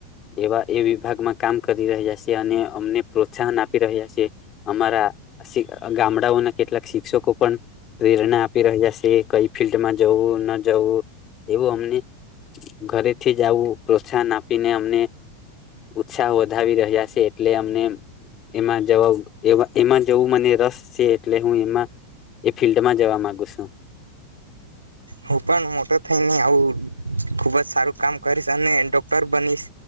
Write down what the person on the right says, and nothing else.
હું પણ મોટો થઈને આવું ખુબ જ સારું કામ કરીશ અને ડોક્ટર બનીશ